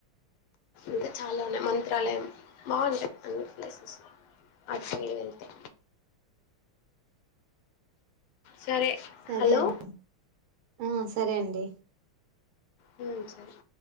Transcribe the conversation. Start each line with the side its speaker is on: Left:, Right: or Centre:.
Left: ఇంకా చాలా ఉన్నాయి మంత్రాలయం బాగుంటాయి అన్ని ప్లేసెస్ అట్ సైడ్ వెళ్తే సరే
Right: సరే
Left: హలో
Right: అండి ఆ సరే అండి
Left: హ్మ్ సరే